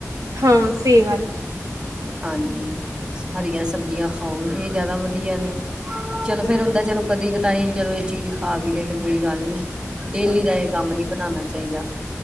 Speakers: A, on the right; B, on the right.
A: ਹਾਂ ਸਹੀ ਗੱਲ
B: ਹਾਂਜੀ ਹਰੀਆਂ ਸਬਜ਼ੀਆਂ ਖਾਓ ਇਹ ਜ਼ਿਆਦਾ ਵਧੀਆ ਨੇ ਚਲੋ ਫੇਰ ਹੁੰਦਾ ਚਲੋ ਕਦੀ ਤਾਂਈ ਚਲੋ ਇਹ ਚੀਜ਼ ਖਾ ਵੀ ਲੈ ਤੇ ਕੋਈ ਗੱਲ ਨਹੀਂ ਡੇਲੀ ਦਾ ਇਹ ਕੰਮ ਨਹੀਂ ਬਣਾਉਣਾ ਚਾਹੀਦਾ